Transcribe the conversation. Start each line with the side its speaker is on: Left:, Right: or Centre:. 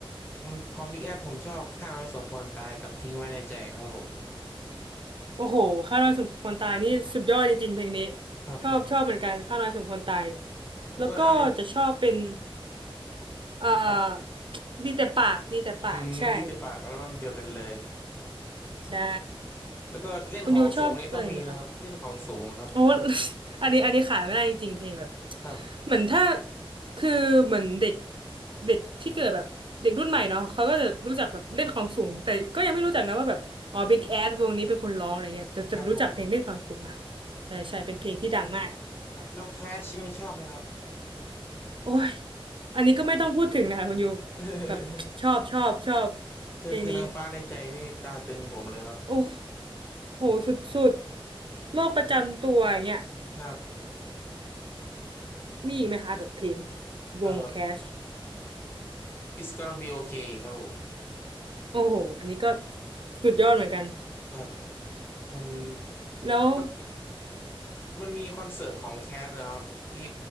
Left: ผมของบิ๊กแอดผมชอบข้าน้อยสมควรตายกับทิ้งไว้ในใจครับผม
Right: โอ้โหข้าวน้อยสมควรตายนี่สุดยอดจริงๆเพลงนี้
Left: ครับผม
Right: ชอบชอบเหมือนกันข้าวน้อยสมควรตาย
Left: แล้วก็อะไร
Right: แล้วก็จะชอบเป็นเอ่อ
Left: ครับ
Right: ดีแต่ปากดีแต่ปากใช่
Left: อืมดีเจปากอัลบั้มเดียวกันเลย
Right: ใช่
Left: แล้วก็เล่นของสูงนี่ต้องมีนะครับเล่นของสูงครับผม
Right: คุณยูชอบอะไรไหมคะ โอ้ <laughs> อันนี้อันนี้ขายไม่ได้จริงๆเพลงแบบ
Left: ครับ
Right: เหมือนถ้าคือเหมือนเด็กเด็กที่เกิดแบบเด็กรุ่นใหม่เนาะเขาก็จะรู้จักแบบเล่นของสูงแต่ก็ยังไม่รู้จักนะว่าแบบอ๋อ Big Ass วงนี้เป็นคนร้องอะไรเงี้ยจะจะรู้จักเพลงเล่นของสูงนะ
Left: ครับผม
Right: ใช่ใช่เป็นเพลงที่ดังมาก
Left: ครับแล้วแคลชนี่ชอบไหมครับ
Right: โอ้ยอันนี้ก็ไม่ต้องพูดถึงเลยค่ะคุณยู
Left: <laughs>
Right: แบบชอบชอบชอบ
Left: เธอคือนางฟ้าในใจนี่ตาตึงผมเลยครับ
Right: เพลงนี้โอ้โหสุดสุดโรคประจำตัวอย่างเงี้ย
Left: ครับ
Right: มีอีกไหมคะแบบเพลง
Left: เอ่อ
Right: วงแคช
Left: It's gonna be okay ครับผม
Right: โอ้โหอันนี้ก็สุดยอดเหมือนกัน
Left: ครับมัน
Right: แล้ว
Left: แล้ว มันมีคอนเสิร์ตของแคทนะครับที่